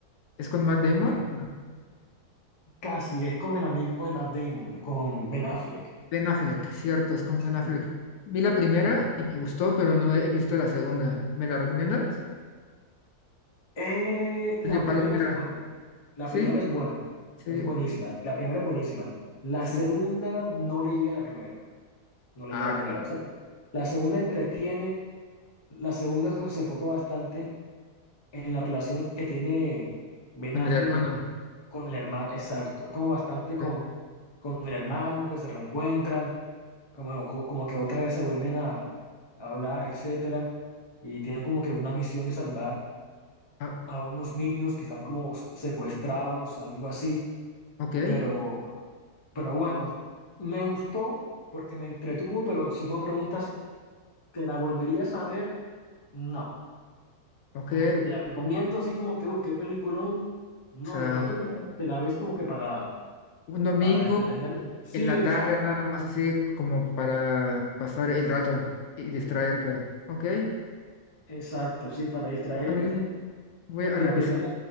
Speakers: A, on the left; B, on the left.
A: ¿Es con Matt Damon?
B: eh, casi es con el amigo de Matt Damon, con Ben Affleck.
A: Ben Affleck, cierto, es con
B: Sí,
A: Ben Affleck. Vi la primera
B: correcto.
A: y me gustó, pero no he visto la segunda. ¿Me la recomiendas?
B: Eh, la
A: Es de Palomera.
B: primera es buena. La
A: Sí,
B: primera es buena,
A: sí,
B: es buenísima. La primera es buenísima. La
A: sí.
B: segunda no le llega a la primera, no le
A: ah
B: llega a la primera. O sea, la segunda entretiene, la segunda se, se enfoca bastante en la relación que tiene Ben
A: con
B: Affleck
A: el hermano.
B: con el hermano, exacto, como bastante con,
A: eh,
B: con el hermano que se reencuentran, como, co- como que otra vez se vuelven a, a hablar, etcétera, y tienen como que una misión de salvar
A: ah,
B: a unos niños que están como secuestrados, algo así,
A: Ok,
B: pero Pero bueno, me gustó porque me entretuvo, pero si tú me preguntas, ¿te la volverías a ver? No.
A: ok.
B: Como que te la recomiendo, así como que, uh, qué peliculón. No,
A: O sea,
B: de pronto te la, te la ves como que para,
A: un domingo
B: para entretenerte. Sí,
A: en la
B: exacto,
A: tarde nada más así como para pasar el rato y distraerte. Ok, está
B: exacto, sí, para distraerte.
A: bien, voy a
B: La
A: revisar.
B: primera,